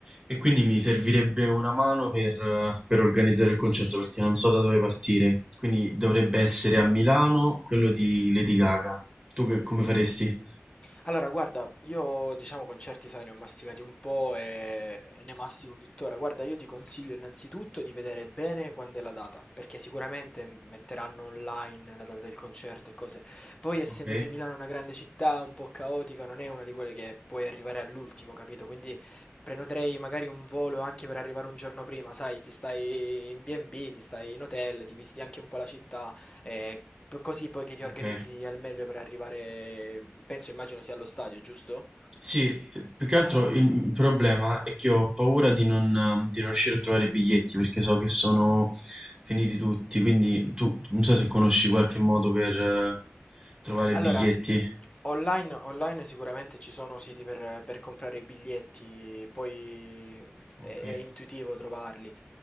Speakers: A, on the right; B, on the left.
A: E quindi mi servirebbe una mano per, eh, per organizzare il concerto perché non so da dove partire. Quindi dovrebbe essere a Milano quello di Lady Gaga. Tu che- come faresti?
B: Allora, guarda, io diciamo concerti, sai, ne ho masticati un po' e, e ne mastico tuttora. Guarda, io ti consiglio innanzitutto di vedere bene quando è la data, perché sicuramente m- metteranno online la data del concerto e cose. Poi, essendo
A: Ok,
B: che Milano è una grande città, un po' caotica, non è una di quelle che puoi arrivare all'ultimo, capito? Quindi prenoterei magari un volo anche per arrivare un giorno prima, sai, ti stai in B&B, ti stai in hotel, ti visiti anche un po' la città. Eh, p- così poi che ti organizzi
A: ok.
B: al meglio per arrivare, penso, immagino sia allo stadio, giusto?
A: Sì, eh, più che altro il problema è che ho paura di non, eh, di non riuscire a trovare i biglietti perché so che sono finiti tutti. Quindi tu non so se conosci qualche modo per eh, trovare
B: Allora,
A: biglietti.
B: online, online sicuramente ci sono siti per, per comprare i biglietti, poi
A: Ok.
B: è, è intuitivo trovarli.